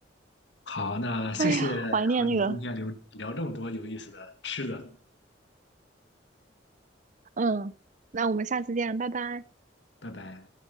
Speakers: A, on the left; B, on the right.
A: 好，那谢谢和你今天聊聊这么多有意思的吃的，
B: 哎呀，怀念那个，嗯，那我们下次见，拜拜。
A: 拜拜。